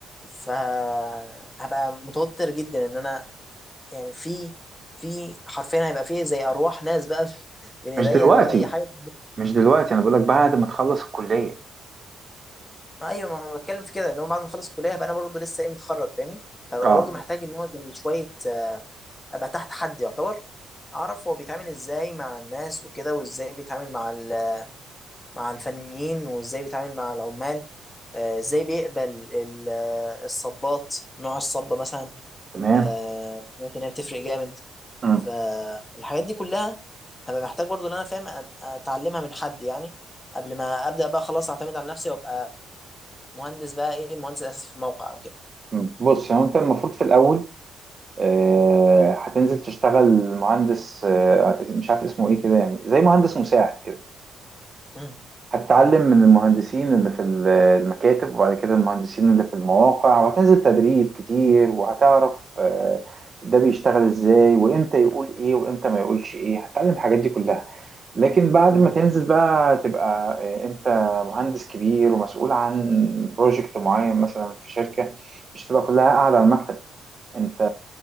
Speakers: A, on the left; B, on the right.
A: فهبقى متوتر جدا ان انا يعني في في حرفيا هيبقى فيه زي ارواح ناس بقى <laughs> بين ايديا
B: مش دلوقتي
A: اللي هو اي حاجه
B: مش دلوقتي انا بقولك بعد ما تخلص الكلية
A: ما ايوه ما انا بتكلم في كده ان هو بعد ما اخلص الكليه هبقى انا برضه لسه ايه متخرج فاهمني فبقى
B: اه
A: برضه محتاج ان هو زي شويه آه، ابقى تحت حد يعتبر اعرف هو بيتعامل ازاي مع الناس وكده وازاي بيتعامل مع ال- مع الفنيين وازاي بيتعامل مع العمال آه، ازاي بيقبل ال- آه، الصبات نوع الصبه مثلا
B: تمام
A: آه، ممكن هي بتفرق جامد
B: امم
A: فالحاجات دي كلها هبقى محتاج برضه ان انا فاهم أت- اتعلمها من حد يعني قبل ما ابدا بقى خلاص اعتمد على نفسي وابقى مهندس بقى ايه مهندس اساسي في موقع وكده
B: امم بص هو انت المفروض في الاول آه، هتنزل تشتغل مهندس آه، مش عارف اسمه ايه كده يعني زي مهندس مساعد كده
A: مم.
B: هتتعلم من المهندسين اللي في ال- المكاتب وبعد كده المهندسين اللي في المواقع وهتنزل تدريب كتير وهتعرف آه، ده بيشتغل ازاي وامتى يقول ايه وامتى ما يقولش ايه هتتعلم الحاجات دي كلها لكن بعد
A: مم.
B: ما تنزل بقى تبقى آه، انت مهندس كبير ومسؤول عن بروجكت معين مثلا في شركة مش تبقى كلها قاعدة على المكتب انت